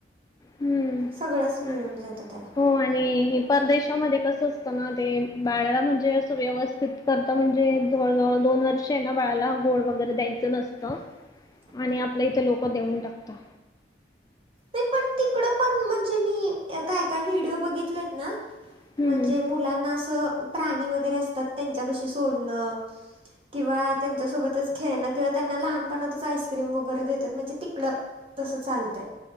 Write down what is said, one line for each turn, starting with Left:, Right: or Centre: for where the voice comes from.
Left: हम्म.
Right: सगळंच मिळून
Left: <inaudible>
Right: जातं त्याला
Left: हो आणि हे परदेशामध्ये कस असतं ना, ते बाळला म्हणजे असं व्यवस्थित करता म्हणजे जवळ जवळ दोन वर्ष वर्षे ना बाळाला गोड वगैरे द्यायचं नसतं.
Right: <inaudible>
Left: आणि आपल्या इथं लोक देऊन टाकतात.
Right: नाही पण तिकडं, पण म्हणजे मी एका एका व्हिडिओ बघितलेत ना,
Left: हम्म
Right: म्हणजे
Left: हम्म
Right: मुलांना असं प्राणी वगैरे असतात, त्यांच्यापाशी सोडणं किंवा त्यांच्यासोबतच खेळणं किंवा त्यांना लहानपणातच आईस्क्रीम वगैरे देत तात. म्हणजे तिकडं तसं चालतंय.